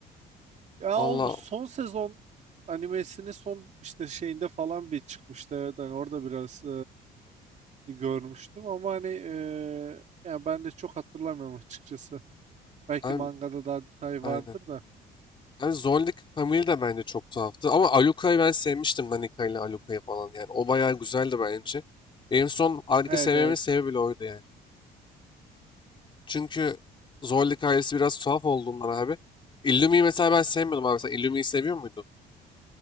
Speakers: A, on the right; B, on the left.
A: Ya
B: Valla
A: o son sezon animesinin son işte şeyinde falan bir çıkmıştı. Evet, hani orada biraz e, görmüştüm ama hani eee yani ben de çok hatırlamıyorum açıkçası. Belki
B: abi,
A: mangada daha detay
B: aynen.
A: vardır da.
B: Yani Zoldyck Family de bence çok tuhaftı. Ama Aluka'yı ben sevmiştim. Danica ile Aluka'yı falan yani. O bayağı güzeldi bence. Benim son Alika
A: Evet
B: sevmemin
A: evet.
B: sebebi bile oydu yani. Çünkü Zorlu hikayesi biraz tuhaf olduğundan abi. Illumi'yi mesela ben sevmiyordum abi. Sen Illumi'yi seviyor muydun?